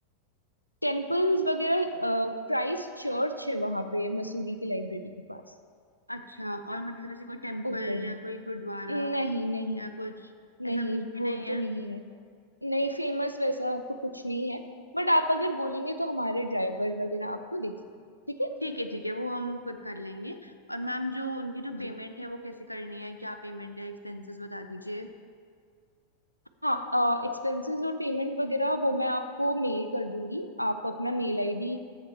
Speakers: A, on the right; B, on the left.
A: टेम्पल्स वगैरह क्राइस्ट चर्च है वहां पे मसूरी की लाइब्रेरी के पास
B: अच्छा और मतलब ऐसे कोई टेम्पल
A: ऊपर ही
B: या कोई गुरुद्वारा
A: नहीं नहीं
B: या कुछ ऐसा
A: नहीं
B: कुछ भी
A: वो
B: नहीं
A: तो
B: है
A: नहीं है नहीं फेमस वैसा तो कुछ नहीं है बट आप अगर बोलेंगे तो हमारे ड्राइवर वगैरह आपको देखेंगे ठीक है
B: ठीक है ठीक है वो हम खुद कर लेंगे और मैम जो उनकी जो
A: जी
B: पेमेंट है वो कैसे करनी है क्या पेमेंट है एक्सपेंसेस बता दीजिए
A: हाँ एक्सपेंसेस और पेमेंट वगैरह वो मैं आपको मेल कर दूंगी आप अपना मेल आईडी